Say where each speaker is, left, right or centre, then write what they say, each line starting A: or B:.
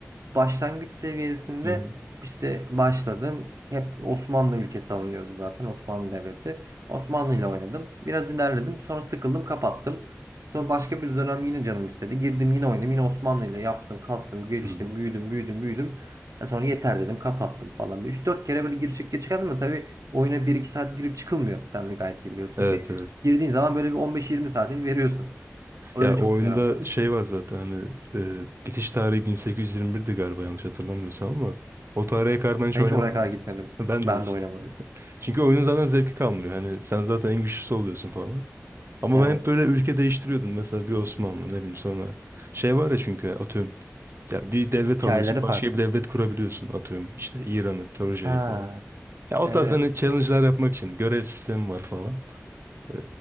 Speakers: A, on the right; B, on the right.
A: başlangıç seviyesinde
B: Hı hı.
A: işte başladım. Hep Osmanlı ülkesi alınıyordu zaten Osmanlı Devleti. Osmanlı ile oynadım. Biraz ilerledim. Sonra sıkıldım kapattım. Sonra başka bir dönem yine canım istedi. Girdim yine oynadım. Yine Osmanlı ile yaptım, kastım, geliştim,
B: Hı hı.
A: büyüdüm, büyüdüm, büyüdüm. E Sonra yeter dedim kapattım falan. üç dört kere böyle gir çık gir çık ama Oyuna bir iki saat girip çıkılmıyor. Sen de gayet iyi biliyorsun
B: <laughs> Evet
A: ki.
B: evet.
A: Girdiğin zaman böyle bir 15-20 saatini veriyorsun. Öyle
B: Ya
A: çok
B: o oyunda
A: güzel bir tadı çıkıyor.
B: şey var zaten hani e, bitiş tarihi 1821'di galiba yanlış hatırlamıyorsam ama o tarihe kadar ben hiç
A: Ben
B: oynamadım
A: hiç oraya kadar
B: mesela.
A: gitmedim.
B: Ben
A: Ben
B: de işte.
A: de oynamadım.
B: Çünkü oyunun zaten zevki kalmıyor. Hani sen zaten en güçlüsü oluyorsun falan. Ama
A: Evet.
B: ben hep böyle ülke değiştiriyordum. Mesela bir Osmanlı ne bileyim sonra. Şey var ya çünkü atıyorum. Ya bir devlet
A: Hikayeleri
B: alıyorsun başka
A: farklı.
B: bir devlet kurabiliyorsun atıyorum. İşte İran'ı, Persia'yı
A: Ha,
B: Ya o
A: evet.
B: tarz hani challenge'lar yapmak için görev sistemi var falan. Ee,